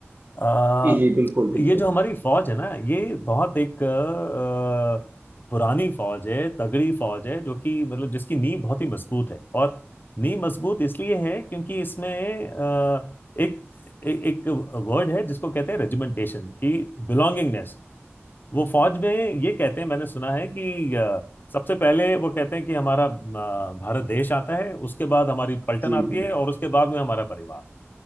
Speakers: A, on the left; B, on the right.
A: अ,
B: जी, जी, बिल्कुल, बिल्कुल।
A: ये जो हमारी फौज है ना ये बहुत एक अ, पुरानी फौज है तगड़ी फौज है जो कि मतलब जिसकी नींव बहुत ही मजबूत है और नींव मजबूत इसलिए है क्योंकि इसमें अ, एक ए- एक वर्ड है जिसको कहते हैं रेजिमेंटेशन की बिलोंगिंगनेस वो फौज में ये कहते हैं मैंने सुना है कि अ, सबसे पहले वो कहते हैं कि हमारा अ, भारत देश आता है उसके बाद हमारी पलटन
B: जी,
A: आती
B: जी।
A: है और उसके बाद में हमारा परिवार